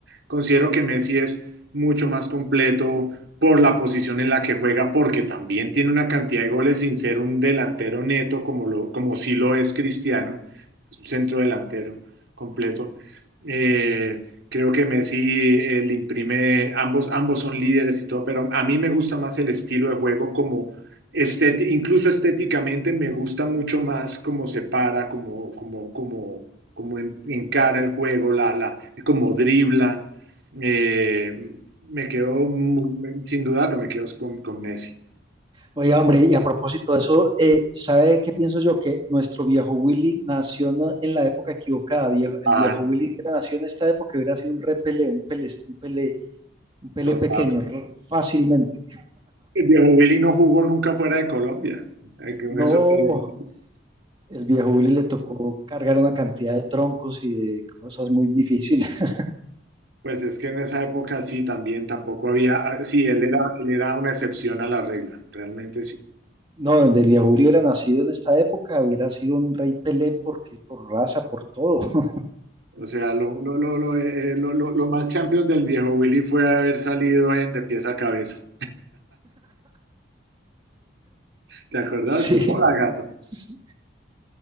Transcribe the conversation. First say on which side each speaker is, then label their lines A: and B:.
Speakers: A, on the right; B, on the right.
A: considero que Messi es mucho más completo por la posición en la que juega, porque también tiene una cantidad de goles sin ser un delantero neto como, lo, como sí lo es Cristiano, es un centro delantero completo. Eh, Creo que Messi eh, le imprime, ambos, ambos son líderes y todo, pero a mí me gusta más el estilo de juego como estéti- incluso estéticamente me gusta mucho más cómo se para, como como como como en- encara el juego, la, la, como dribla. Eh, me quedo, mu- me- sin dudarlo, me quedo con, con Messi.
B: Oiga, hombre, y a propósito de eso, eh, ¿sabe qué pienso yo? Que nuestro viejo Willy nació na- en la época equivocada. Viejo,
A: Total,
B: el viejo Willy hubiera nació en esta época, hubiera sido un repele, un pele, un pele, un pele
A: total.
B: pequeño, r- fácilmente.
A: El viejo Willy no jugó nunca fuera de Colombia. Eh, que Con
B: No,
A: eso te-
B: el viejo Willy le tocó cargar una cantidad de troncos y de cosas muy difíciles. <laughs>
A: Pues es que en esa época sí, también tampoco había, ah, sí, él era, él era una excepción a la regla, realmente sí.
B: No, donde el viejo Willy hubiera nacido en esta época, hubiera sido un rey Pelé porque por raza, por todo. <laughs>
A: O sea, lo, lo, lo, lo, eh, eh, lo- lo- lo más champion del viejo Willy fue haber salido en de pies a cabeza. ¿Te acordás?
B: Sí.
A: Hola, gato.
B: sí.